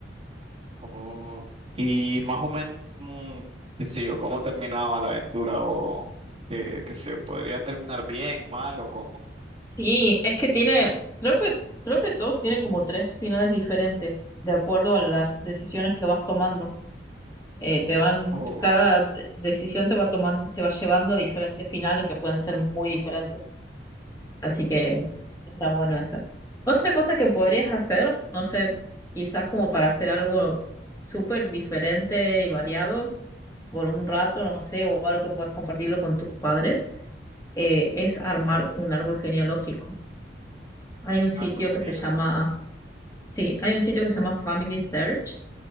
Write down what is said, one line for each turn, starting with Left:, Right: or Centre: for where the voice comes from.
Right: Oh, y más o menos cómo, qué sé yo, cómo terminaba la aventura o que, que se podría terminar bien, mal o cómo,
Left: Sí, es que tiene, creo que, creo que todos tienen como tres finales diferentes, de acuerdo a las decisiones que vas tomando. Eh, te van,
Right: o
Left: cada de- decisión te va tomando, te va llevando a diferentes finales que pueden ser muy diferentes. Así que está bueno eso. Otra cosa que podrías hacer, no sé, quizás como para hacer algo súper diferente y variado por un rato, no sé, o algo que puedas compartirlo con tus padres, eh, es armar un árbol genealógico. Hay un sitio
Right: árbol genealógico.
Left: que se llama, sí, hay un sitio que se llama Family Search.